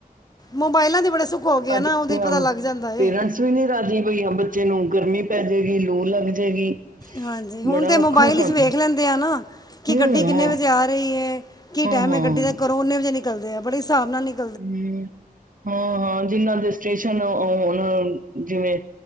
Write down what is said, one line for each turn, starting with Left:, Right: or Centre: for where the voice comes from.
Left: ਮੋਬਾਇਲਾਂ ਦੇ ਬੜੇ ਸੁੱਖ ਹੋ ਗਏ ਏ
Right: ਅੱਜ
Left: ਨਾ ਉਹਦੇ
Right: ਦੀਆਂ
Left: ਪਤਾ ਲੱਗ ਜਾਂਦਾ ਏ।
Right: ਪੇਰੈਂਟਸ ਨਹੀਂ ਰਾਜੀ ਬਈ ਹ ਬੱਚੇ ਨੂੰ ਗਰਮੀ ਪੈ ਜਾਏਗੀ ਲੂ ਲੱਗ ਜਾਏਗੀ <unintelligible>
Left: ਹਾਂਜੀ ਹੁਣ
Right: ਬੜਾ
Left: ਤੇ
Right: ਔਖਾ
Left: ਮੋਬਾਇਲ
Right: ਕੰਮ
Left: ਇਚ ਵੇਖ ਲੈਂਦੇ ਆ ਨਾ। ਕਿ
Right: ਹੂੰ
Left: ਗੱਡੀ ਕਿੰਨੇ
Right: ਹਾਂ
Left: ਵਜੇ ਆ ਰਹੀ ਏ ਕੀ
Right: ਹਾਂ
Left: ਟਾਈਮ
Right: ਹਾਂ
Left: ਏ
Right: ਹੂੰ
Left: ਗੱਡੀ ਦਾ ਘਰੋਂ ਉਨੇ ਵਜੇ ਨਿਕਲਦੇ ਆ ਬੜੇ ਹਸਾਬ ਨਾਲ ਨਿਕ
Right: ਹੁ ਹਾਂ ਹਾਂ ਜਿੰਨਾਂ ਦੇ ਸਟੇਸ਼ਨ ਹੁਨ ਜਿਵੇਂ